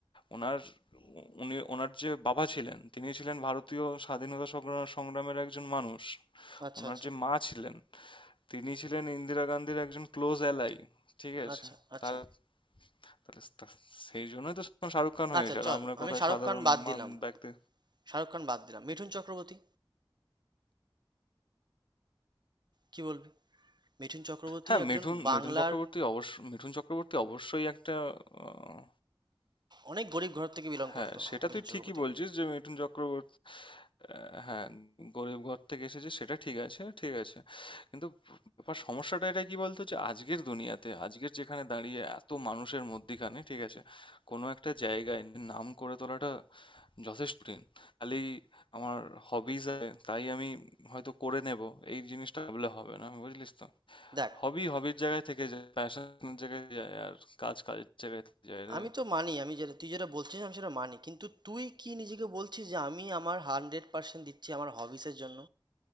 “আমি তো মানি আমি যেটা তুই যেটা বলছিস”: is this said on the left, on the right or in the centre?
Right